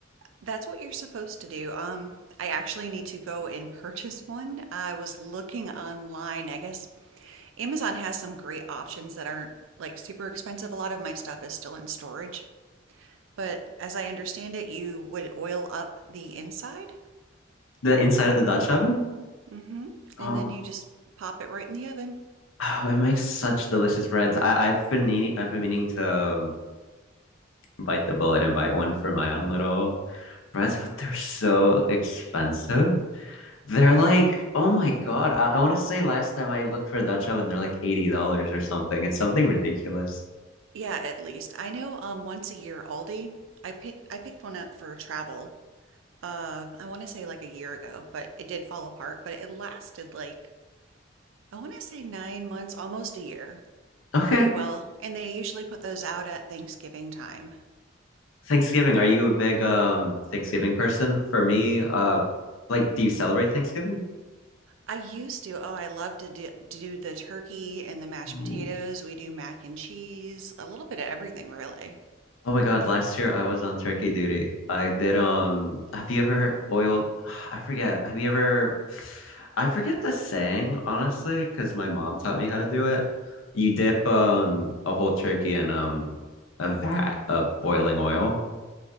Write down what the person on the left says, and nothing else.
The inside of the Dutch oven?
Um,
oh, it makes such delicious breads. I, I've been meaning I've been meaning to um, bite the bullet and buy one for my own little breads, but they're so expensive. They're like, oh my God. I, I want to say last time I looked for a Dutch oven, they're like $80 or something. It's something ridiculous.
Okay,
Thanksgiving, are you a big um Thanksgiving person? For me, uh like do you celebrate Thanksgiving?
Oh.
Oh my God, last year I was on turkey duty. I did um have you ever oiled <sighs> I forget. Have you ever <sighs> I forget the saying, honestly, because my mom taught me how to do it. You dip um a whole turkey in um a vat of boiling oil